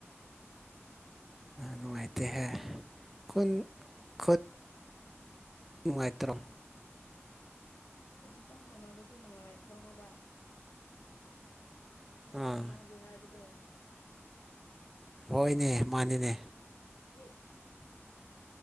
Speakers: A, in the centre; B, on the left (about 75°).
A: ꯅꯨꯡꯉꯥꯏꯇꯦꯍꯦ
B: ꯌꯥꯔꯦꯀꯣ
A: ꯈꯨꯟ ꯈꯨꯟ ꯅꯨꯡꯉꯥꯏꯇ꯭ꯔꯣ
B: ꯈꯨꯟ ꯆꯞ ꯃꯥꯟꯅꯕꯁꯦ ꯅꯨꯡꯉꯥꯏꯇ꯭ꯔꯣ ꯍꯥꯏꯕ
A: ꯑꯥ
B: ꯀꯅꯥꯅꯣ ꯅꯪ ꯍꯧꯖꯤꯛ ꯍꯥꯏꯕꯗꯨ
A: ꯍꯣꯏꯅꯦ ꯃꯥꯅꯤꯅꯦ
B: ꯏꯁ